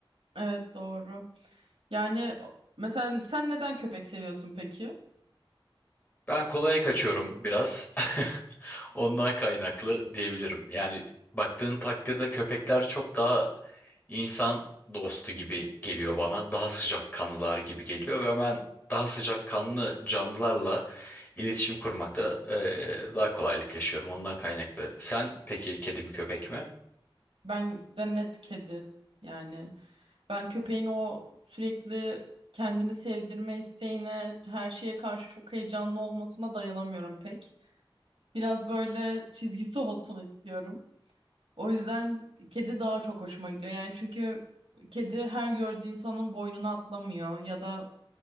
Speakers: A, on the right; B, on the left.
A: Evet doğru. Yani mesela sen neden köpek seviyorsun peki?
B: Ben kolaya kaçıyorum biraz. <laughs> Ondan kaynaklı diyebilirim. Yani baktığın takdirde köpekler çok daha insan dostu gibi geliyor bana. Daha sıcakkanlılar gibi geliyor ve ben daha sıcakkanlı canlılarla iletişim kurmakta eee, daha kolaylık yaşıyorum. Ondan kaynaklı. Sen peki kedi mi köpek mi?
A: Ben de net kedi yani. Ben köpeğin o sürekli kendini sevdirme isteğine, her şeye karşı çok heyecanlı olmasına dayanamıyorum pek. Biraz böyle çizgisi olsun istiyorum. O yüzden kedi daha çok hoşuma gidiyor. Yani çünkü kedi her gördüğü insanın boynuna atlamıyor ya da